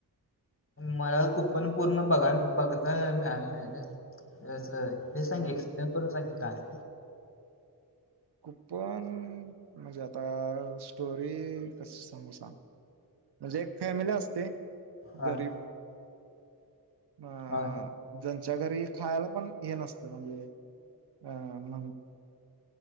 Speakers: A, on the left; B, on the right.
A: मला कुपन पूर्ण बघाय बघताय मिळालं नाही रे हे असं आहे. हे सांग,
B: हा.
A: एक्सप्लेन करून सांग की काय
B: कूपण म्हजे आता, स्टोरी कसं सांगू सांग? म्हजे एक फॅमिली असते
A: हा
B: गरीब म
A: हा
B: ज्यांच्या घरी खायला पण हे नसतं, म्हणजे अ म्हण